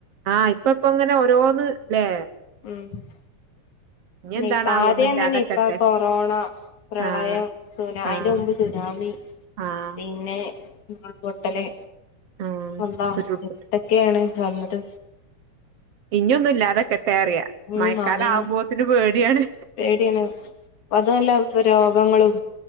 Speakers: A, on the right (about 60°); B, on the left (about 85°).
A: ആഹ് ഇപ്പ ഇപ്പ ഇങ്ങനെ ഓരോന്ന്ല്ലേ
B: ഉം
A: എന്താണാവോ
B: ഇപ്പ ആദ്യം
A: ഒന്നും ഇല്ലാതെക്കട്ടെ
B: തന്നെ ഇപ്പ കൊറോണ പ്രളയം
A: ആഹ്
B: സുന അയിറെ
A: ആഹ്
B: മുമ്പ് സുനാമി
A: ആഹ്
B: പിന്നെ നിങ്ങൾ പൊട്ടലെ
A: ആഹ്
B: വന്നാ
A: ഉരുൾപൊട്ട്
B: എന്തൊക്കെയാണ് വന്നത്
A: ഇനൊന്നും ഇല്ലാതെക്കെട്ടെറിയാ
B: ഉം
A: മയക്കാലം
B: മാമിം
A: ആകുമ്പോത്തിന് പേടിയാണ്
B: പേടിയാണ് അതുമല്ല രോഗങ്ങളും